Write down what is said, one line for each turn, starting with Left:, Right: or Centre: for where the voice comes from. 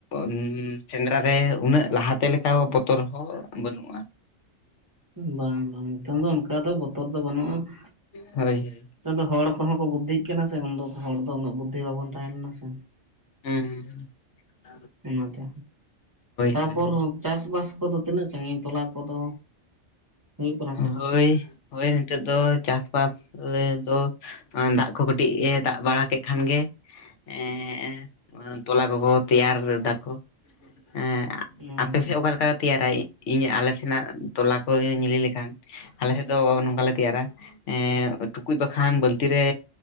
Left: ᱢᱢ ᱥᱮᱸᱫᱽᱨᱟ ᱨᱮ ᱩᱱᱟᱹᱜ ᱞᱟᱦᱟᱛᱮ ᱞᱮᱠᱟ ᱵᱚᱛᱚᱨ ᱦᱚᱸ ᱵᱟᱹᱱᱩᱜ-ᱟ ᱾
Right: ᱵᱟᱝ ᱵᱟᱝ ᱱᱤᱛᱚᱝ ᱫᱚ ᱚᱱᱠᱟ ᱫᱚ ᱵᱚᱛᱚᱨ ᱫᱚ ᱵᱟᱹᱱᱩᱜ-ᱟ ᱾
Left: ᱦᱳᱭ ᱦᱳᱭ ᱾
Right: ᱱᱮᱛᱚᱝ ᱫᱚ ᱦᱚᱲ ᱠᱚᱦᱚᱸ ᱠᱚ ᱵᱩᱫᱽᱫᱷᱤᱜ ᱠᱟᱱᱟ ᱥᱮ ᱩᱱᱫᱚ ᱦᱚᱲ ᱫᱚ ᱩᱱᱟᱹᱜ ᱵᱩᱫᱽᱫᱷᱤ ᱵᱟᱵᱚᱱ ᱛᱟᱦᱮᱸ ᱞᱮᱱᱟ ᱥᱮ ᱾
Left: ᱦᱢ ᱦᱢ ᱦᱢ ᱾
Right: ᱚᱱᱟᱛᱮ, ᱛᱟᱯᱚᱨ
Left: ᱦᱳᱭ
Right: ᱪᱟᱥᱵᱟᱥ ᱠᱚᱫᱚ ᱛᱤᱱᱟᱹᱜ ᱥᱟᱺᱜᱤᱧ ᱛᱚᱞᱟ ᱠᱚᱫᱚ? ᱦᱩᱭᱩᱜ ᱠᱟᱱᱟ ᱥᱮ ᱵᱟᱝ
Left: ᱦᱳᱭ ᱦᱳᱭ ᱱᱤᱛᱚᱜ ᱫᱚ ᱪᱟᱥᱵᱟᱥ ᱨᱮ ᱫᱚ ᱫᱟᱜ ᱠᱚ ᱠᱟᱹᱴᱤᱡ ᱮ ᱫᱟᱜ ᱵᱟᱲᱟ ᱠᱮᱫ ᱠᱷᱟᱱ ᱜᱮ ᱮᱸ ᱛᱚᱞᱟ ᱠᱚᱠᱚ ᱛᱮᱭᱟᱨ ᱫᱟᱠᱚ ᱮᱸ
Right: ᱦᱮᱸ
Left: ᱟᱯᱮᱥᱮᱫ ᱚᱠᱟᱞᱮᱠᱟ ᱠᱚ ᱛᱮᱭᱟᱨᱟ ᱤᱧ ᱟᱞᱮ ᱥᱮᱱᱟᱜ ᱛᱚᱞᱟ ᱠᱚ <unintelligible> ᱞᱮᱠᱷᱟᱱ? ᱟᱞᱮ ᱥᱮᱫ ᱫᱚ ᱱᱚᱝᱠᱟᱞᱮ ᱛᱮᱭᱟᱨᱟ ᱮ ᱴᱩᱠᱩᱡ ᱵᱟᱠᱷᱟᱱ ᱵᱟᱹᱞᱛᱤ ᱨᱮ